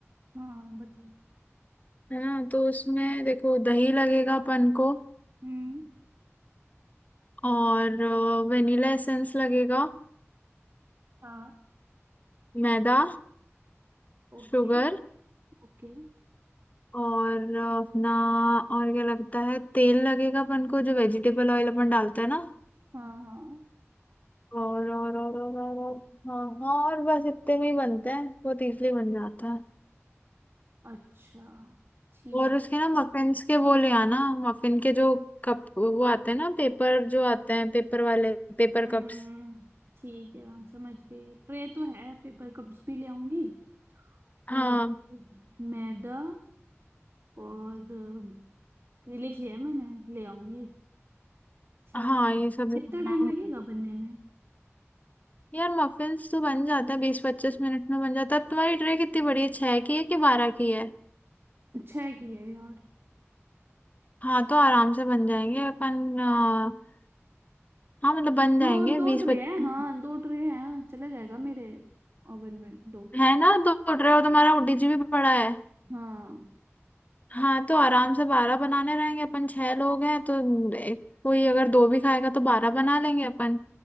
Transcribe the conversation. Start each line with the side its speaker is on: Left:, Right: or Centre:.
Right: हाँ बताओ
Left: है ना तो उसमें देखो दही लगेगा अपन को
Right: हम्म
Left: और वेनिला एसेंस लगेगा
Right: हाँ
Left: मैदा
Right: ओके
Left: शुगर
Right: ओके
Left: और अ, अपना और क्या लगता है तेल लगेगा अपन को जो वेजिटेबल ऑयल अपन डालते हैं ना
Right: हाँ हाँ
Left: और और और और और और- हाँ हाँ और बस इतने में ही बनते हैं बहुत इजली बन जाता है
Right: अच्छा ठीक
Left: और उसके ना मफिन्स के वो ले आना मफिन के जो कप वो आते हैं ना पेपर जो आते हैं पेपर वाले पेपर
Right: हम्म
Left: कप्स
Right: ठीक है हाँ, समझ गई ट्रे तो है पेपर कप्स भी ले आऊंगी
Left: हाँ
Right: और मैदा और अ, ये लिख लिया है मैंने ले आऊंगी ठीक
Left: हाँ
Right: है
Left: ये सब
Right: कितना
Left: लेना
Right: टाइम लगेगा बनने में
Left: यार मफिन्स तो बन जाता है बीस पच्चीस मिनट में बन जाता है अब तुम्हारी ट्रे कितनी बड़ी है छह की है कि बारह की है
Right: छः की है यार
Left: हाँ तो आराम से बन जाएंगे अपन अ, हाँ मतलब बन जाएंगे
Right: दो दो
Left: बीस
Right: ट्रे
Left: पच्चीस
Right: हैं हाँ दो ट्रे हैं चला जाएगा मेरे ओवन में दो
Left: है ना दो ट्रे और तुम्हारा डीजी भी बड़ा है
Right: हाँ
Left: हाँ तो आराम से बारह बनाने रहेंगे अपन छह लोग हैं तो एक- कोई अगर दो भी खाएगा तो बारह बना लेंगे अपन